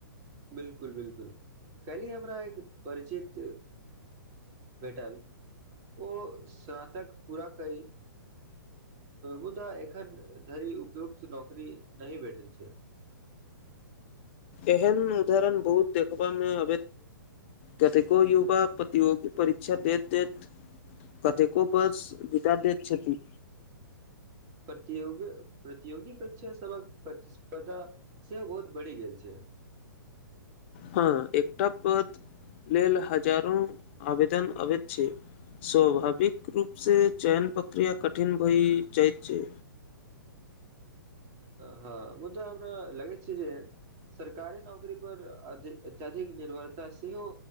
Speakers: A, on the right (about 25°); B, on the left (about 35°).
A: बिलकुल बिलकुल कालली हमरा एक परिचित भेटल ओ स्नातक पूरा की मुदा एखन धरि उपयुक्त नौकरी नहि भेटल छै
B: एहन उदाहरण बहुत देखबामे अ कतेको युवा प्रतियोगी परीक्षा देैत देैत कतेको वर्ष वितदा दैत छथिन
A: प्रतियोगी प्रतियोगी परीक्षासभक प्रतिस्पर्धा सेहो बहुत बढ़ि गेल छै
B: हँ एकटा पद लेल हजारो आवेदन अबैत छै स्वभाविक रूप से चयन प्रक्रिया कठिन भइ जाइत छै
A: हँ मूदा हमरा लगै छै जे सरकारी नौकरी पर अत्यधिक निर्भर तऽ सेहो